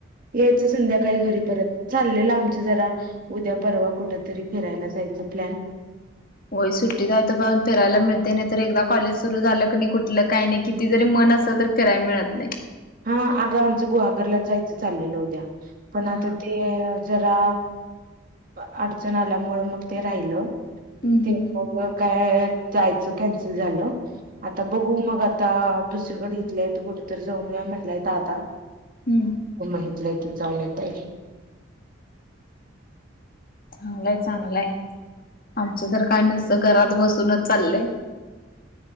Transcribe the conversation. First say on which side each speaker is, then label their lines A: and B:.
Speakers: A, on the right; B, on the left.
A: यायचं संध्याकाळी घरी परत चाललेलं आमच्या जरा उद्या परवा कुठ तरी फिरायला जायचा प्लॅन
B: होई सुट्टीत हाय तोपर्यंत फिरायला मिळते नाही तर एकदा कॉलेज सुरू झालं क नाही कुठलं काही नाही किती जरी म <unintelligible> फिरायला मिळत नाही.
A: हा आगं आमचं गुहागरला जायचं चाललेलं उद्या पण आता
B: हा.
A: ते जरा अ अडचण आल्यामुळ मग ते राहिलं
B: हम्म
A: ते
B: हम्म हम्म
A: मग काय जायच कॅन्सल झालं. आता बघू मग आता दुसरीकडे इथल्या इथं कुठ तर जाऊन म्हटलंय दादा <unintelligible>
B: हम्म.
A: तुला इथं जाऊन येत आहे.
B: चांगलंय चांगलंय. आमचं तर काय नसतं घरात बसूनच चाललंय.